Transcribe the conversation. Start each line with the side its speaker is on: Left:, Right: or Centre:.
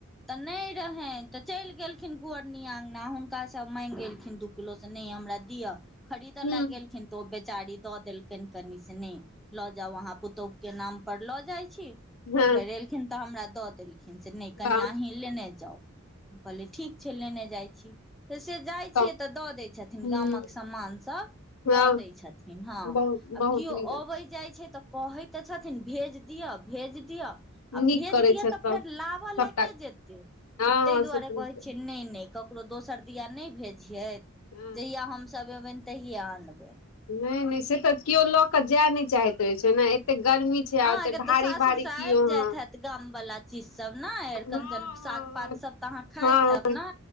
Centre: तऽ नहि रहनि तऽ चलि गेलखिन कुअरनी अँगना हुनका सभ माँगि गेलखिन दुख कलो से नहि हमरा दिआ खरीदऽ
Left: हूँ
Centre: ल गेलखिन तऽ ओ बेचारी दऽ देलखिन कनि से नहि लऽ जाा वहाँ। पुतौहु के नाम पर लऽ जाय छी त
Left: हँ
Centre: फेर एलखिन तऽ हमरा द देलखिन से नहि कनिया।
Left: वाह
Centre: लेने जाउ कहली ठीक छै लेने जाइ छी। तऽ से जाइ
Left: तब
Centre: छियै तऽ दऽ दैत छथिन
Left: हूँ
Centre: गामक समान सभ
Left: हँ
Centre: दऽ दै छथिन हँ
Left: बहुत
Centre: आब
Left: बहुत
Centre: केओ
Left: नीक
Centre: अबैत जाइत छै तऽ। कहैत तऽ छथिन भेज दिअऽ भेज दिअऽ। आ
Left: नीक
Centre: भेज
Left: करै
Centre: दिय
Left: छै
Centre: तऽ फेर लाबऽ
Left: सबटा
Centre: लए के जेते
Left: हँ
Centre: ताहि
Left: हँ
Centre: दुआरे
Left: से तऽ
Centre: कहै
Left: नीक
Centre: छियै नहि नहि क। ककरो दोसर दआ नहि भेजियत
Left: हँ
Centre: जहियआ हमसभ अबनि तहिया आनबनि।
Left: नहि नहि से तऽ केओ लऽ के जाय नहि चाहैत रहे छै ने एते गर्मी। छै आ
Centre: अहाँकेँ
Left: ओते भारी
Centre: तऽ सासुर
Left: भारी
Centre: से
Left: कियो
Centre: आबि
Left: अहाँ
Centre: जाय हत। गम वाला चीज सभ ने अर
Left: हँ
Centre: कनन साग पात सभ तऽ अहाँ खाइत
Left: हँ
Centre: हैब ने।